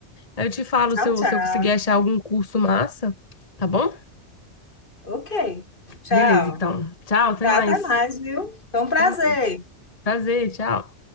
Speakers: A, on the left; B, on the left.
A: Aí eu te falo
B: Tchau,
A: se eu,
B: tchau.
A: se eu conseguir achar algum curso massa, tá bom?
B: Ok. Tchau.
A: Beleza, então. Tchau, até
B: Tá,
A: mais.
B: até mais, viu? Foi um prazer.
A: Até mais. Prazer, tchau.